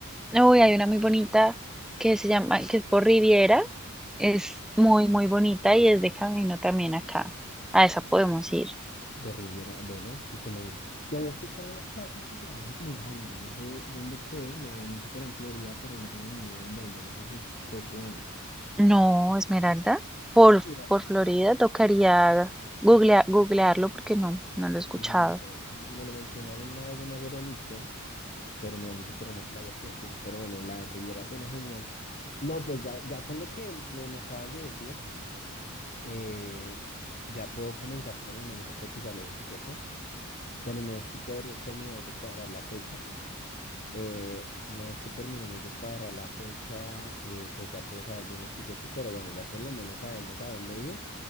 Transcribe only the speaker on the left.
De Riviera, bueno, si tú me dices, yo había escuchado una playa que se llama Esmeralda, no sé dónde quede, me habían dicho que era en Florida, pero no tengo ni idea en dónde, no sé si te suene.
Sí, eh,
sí, no sé, me lo mencionaron una vez, no me acuerdo ni quién, pero me han dicho que era una playa preciosa, pero bueno, la de Riviera suena genial. No, pues ya, ya con lo que me, me acabas de decir, eh, ya puedo comenzar por lo menos a cotizar los tiquetes. Tenemos que cuadre- terminar de cuadrar la fecha. Eh, una vez que terminemos de cuadrar la fecha, eh, pues ya puedo saber bien los tiquetes, pero bueno, ya por lo menos sabemos a dónde ir